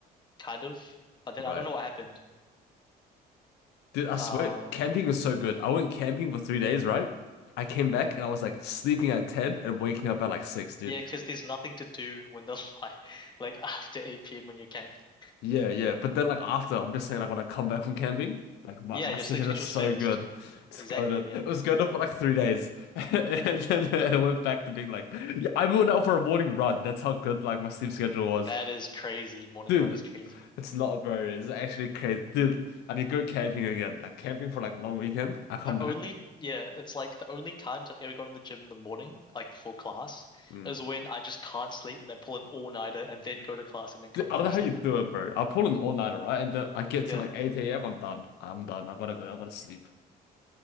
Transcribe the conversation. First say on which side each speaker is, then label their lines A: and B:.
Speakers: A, on the left; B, on the left.
A: kind of. But then
B: Right.
A: I don't know what happened.
B: Dude, I swear,
A: Um,
B: camping is so good. I went camping for three days, right? I came back and I was like sleeping at 10 and waking up at like 6, dude.
A: yeah, because there's nothing to do when the <laughs> light, like after 8 p.m. when you're camping.
B: Yeah, yeah. But then like after, I'm just saying like when I come back from camping, like my,
A: Yeah,
B: my
A: your
B: sleep
A: sleep
B: schedule
A: schedule's
B: is so
A: fixed.
B: good. It's
A: Exactly.
B: going to
A: Yeah,
B: it was going to for like three days. <laughs> And then it went back to being like yeah, I went out for a morning run. That's how good like my sleep schedule was.
A: that is crazy. Morning
B: Dude,
A: run is crazy.
B: it's not very it's actually crazy. Dude, I need to go camping again. Like camping for like a long weekend. I come
A: The
B: back.
A: only, yeah, it's like the only times I've ever gone to the gym in the morning, like before class,
B: Mm.
A: is when I just can't sleep and I pull an all-nighter and then go to class and then
B: Dude,
A: come home
B: I don't know
A: and
B: how
A: sleep.
B: you do it, bro. I pull an all-nighter, right? And then I get
A: Yeah,
B: to like 8 a.m. I'm done. I'm done. I gotta go. I gotta sleep.